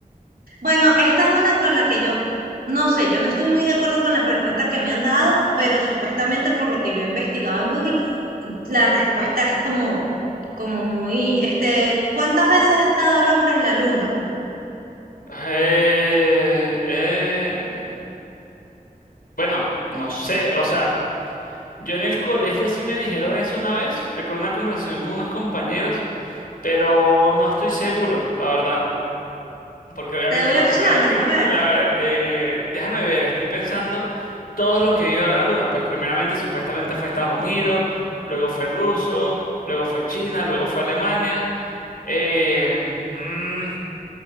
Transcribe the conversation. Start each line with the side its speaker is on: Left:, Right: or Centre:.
Right: Bueno, esta es una con la que yo, no sé, yo no estoy muy de acuerdo con las respuestas que me han dado, pero supuestamente por lo que yo he investigado en Google, la respuesta es como, como muy, este, ¿cuántas veces ha estado el hombre en la luna?
Left: Eh, eh, bueno, no sé, o sea, yo en el colegio sí me dijeron eso una vez, recuerdo una conversación con unos compañeros, pero no estoy seguro, la verdad. Porque obviamente
Right: Te doy
Left: la
Right: opciones,
Left: primera vez que...
Right: a ver,
Left: La, eh, déjame ver, estoy pensando todos los que han ido a la Luna. Pues primeramente supuestamente fue Estados Unidos, luego fue ruso, luego fue China, luego fue Alemania. Eh, mm,